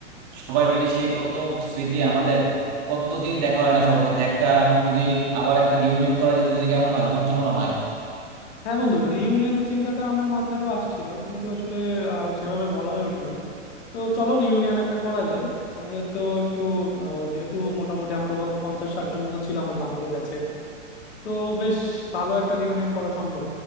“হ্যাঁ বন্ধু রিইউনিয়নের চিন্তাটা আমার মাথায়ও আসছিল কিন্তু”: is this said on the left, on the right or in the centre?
Left